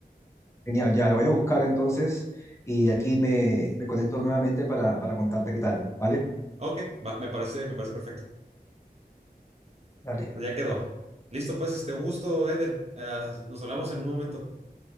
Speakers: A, on the left (about 15°); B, on the right (about 40°).
A: genial, ya la voy a buscar entonces y aquí me, me conecto nuevamente para, para contarte qué tal, ¿vale?
B: Ok, va, me parece, me parece perfecto.
A: Dale,
B: Pues ya quedó. Listo, pues, este, un gusto, Eder. Eh, nos hablamos en un momento.